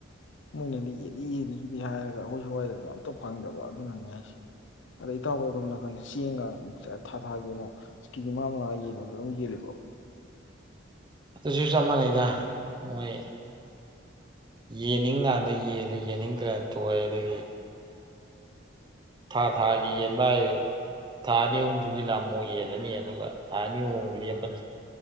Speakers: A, on the left; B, on the right.
A: ꯃꯣꯏꯅꯗꯤ ꯌꯦꯜꯂꯤ ꯌꯦꯜꯂꯤꯗꯤ ꯍꯥꯏꯔꯒ ꯑꯈꯣꯏ ꯁ꯭ꯋꯥꯏꯗꯗꯤ ꯑꯝꯇ ꯐꯪꯗꯕ ꯑꯗꯨꯅꯅꯦ ꯍꯥꯏꯁꯦ ꯑꯗꯣ ꯏꯇꯥꯎꯍꯣꯏ ꯑꯗꯣꯝ ꯅꯥꯀꯟꯗ ꯆꯦꯡꯒ ꯊꯥ ꯊꯥꯒꯤ ꯑꯣꯏꯅ ꯀꯦ ꯖꯤ ꯃꯉꯥ ꯃꯉꯥ ꯌꯦꯟꯕꯗꯥ ꯑꯗꯨꯝ ꯌꯦꯜꯂꯤ ꯀꯣ
B: ꯑꯗꯨꯁꯨ ꯆꯞ ꯃꯥꯟꯅꯩꯗ ꯃꯣꯏ ꯌꯦꯟꯅꯤꯡ ꯀꯥꯟꯗ ꯌꯦꯜꯂꯦ ꯌꯦꯟ ꯅꯤꯡ ꯗ꯭ꯔꯒꯅ ꯇꯣꯛ ꯑꯦ ꯊꯥ ꯊꯥꯒꯤ ꯌꯦꯟꯕ ꯍꯥꯏꯗꯣ ꯊꯥ ꯑꯅꯤꯍꯨꯝ ꯄꯨꯟꯖꯤꯜꯂ ꯑꯃꯨꯛ ꯌꯦꯜꯂꯅꯤ ꯑꯗꯨꯒ ꯊꯥ ꯑꯅꯤꯍꯨꯝ ꯃꯨꯛ ꯂꯦꯞꯄꯅꯤ